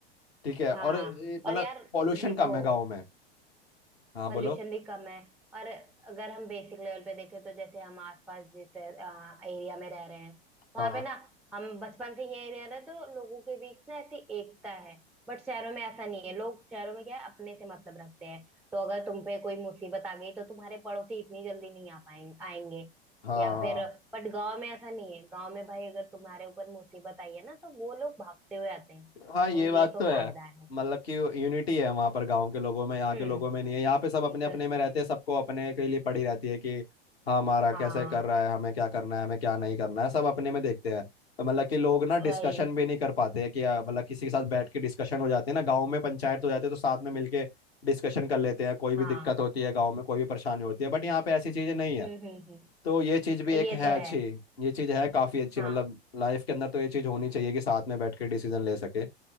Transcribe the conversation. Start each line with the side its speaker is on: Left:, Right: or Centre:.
Left: ठीक है
Centre: हाँ
Left: और ए,
Centre: और
Left: मतलब
Centre: यार
Left: पॉल्यूशन
Centre: देखो
Left: कम है गाँव में हाँ
Centre: पॉल्यूशन
Left: बोलो
Centre: भी कम है और अगर हम बेसिक लेवल पे देखें तो जैसे हम आसपास जिस एरिया में रह रहे हैं वहां
Left: हाँ
Centre: पे ना हम बचपन से ये रह रहे हैं तो लोगों के बीच ना ऐसी एकता है बट शहरों में ऐसा नहीं है लोग शहरों में क्या है अपने से मतलब रखते हैं तो अगर तुम पे कोई मुसीबत आ गई तो तुम्हारे पड़ोसी इतनी जल्दी नहीं आ पाएंगे आएंगे
Left: हाँ
Centre: या
Left: हाँ
Centre: फिर बट गांव में ऐसा नहीं है गांव में भाई अगर तुम्हारे ऊपर मुसीबत आई है ना तो वो लोग भागते हुए आते हैं
Left: हाँ
Centre: तो
Left: ये बात
Centre: ये तो
Left: तो है
Centre: फायदा है
Left: मतलब कि यूनिटी है वहाँ पर गांव के लोगों में यहाँ
Centre: हम्म
Left: के लोगों में नहीं है यहाँ पे सब अपने
Centre: ये
Left: अपने
Centre: तो
Left: में रहते हैं सबको अपने के लिए पड़ी रहती है कि हाँ हमारा कैसे
Centre: हाँ
Left: कर रहा है हमें क्या करना है हमें क्या नहीं करना है सब अपने में देखते हैं तो मतलब कि लोग ना डिस्कशन
Centre: वही
Left: भी नहीं कर पाते हैं कि आ, मतलब किसी के साथ बैठ के डिस्कशन हो जाते हैं ना गाँव में पंचायत हो जाती है तो साथ में मिलके डिस्कशन कर लेते हैं कोई भी
Centre: हाँ
Left: दिक्कत होती है गाँव में कोई भी परेशानी होती है बट यहाँ पे ऐसी चीज़ें नहीं है
Centre: हम्म हम्म हम्म
Left: तो ये चीज़ भी एक
Centre: ये
Left: है
Centre: तो
Left: अच्छी
Centre: है
Left: ये चीज़ है काफ़ी अच्छी
Centre: हाँ
Left: मतलब लाइफ के अंदर तो ये चीज़ होनी चाहिए कि साथ में बैठ के डिसीजन ले सके